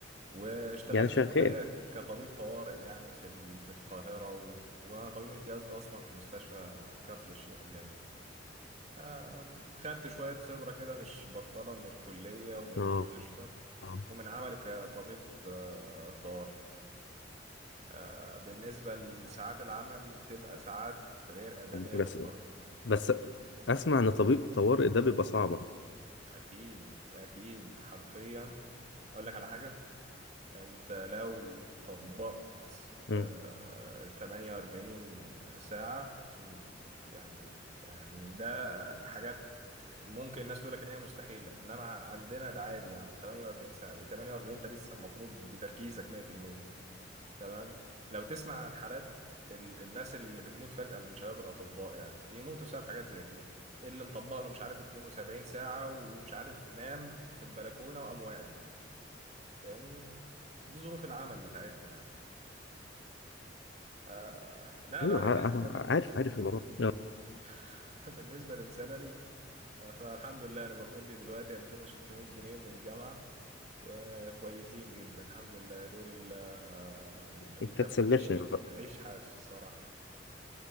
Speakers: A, on the right; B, on the left.
A: واشتغلت
B: يعني شغال
A: شوية كطبيب طوارئ يعني في ال... في القاهرة و... وانا طبيب امتياز اصلا في مستشفى كفر الشيخ الجامعي آم، خدت شوية خبرة كده مش بطالة من الكلية ومن
B: اه
A: المستشفى
B: آه.
A: ومن عملي كطبيب آه، طوارئ آه، بالنسبة لساعات العمل بتبقى ساعات غير آدمية
B: بس
A: بالمرة
B: بس اسمع ان طبيب طوارئ ده بيبقى صعب
A: أكيد أكيد حرفيا أقول لك على حاجة انت لو طبقت
B: مم.
A: آه، 48 ساعة مم، يعني يعني ده آه، حاجات ممكن الناس تقول لك ان هي مستحيلة انما عندنا ده عادي يا عم 48 ساعة إيه 48 انت لسه المفروض بتركيزك 100% تمام لو تسمع عن حالات ال- الناس اللي بتموت فجأة من شباب الأطباء يعني بيموتوا بسبب حاجات زي كده اللي مطبق له مش عارف 72 ساعة ومش عارف نام في البلكونة وقام واقع فاهمني دي ظروف العمل بتاعتنا يعني آه انا
B: ايوه
A: بقى بالنسبه
B: ع- انا
A: لل
B: عارف عارف الموضوع ده.
A: <laughs> بالنسبه للسالري آه فالحمد لله انا باخد لي دلوقتي 2600 جنيه من الجامعه وكويسين جدا الحمد لله دول آه ما بيكفونيش
B: انت تسلفني بقى
A: عيش حاف الصراحه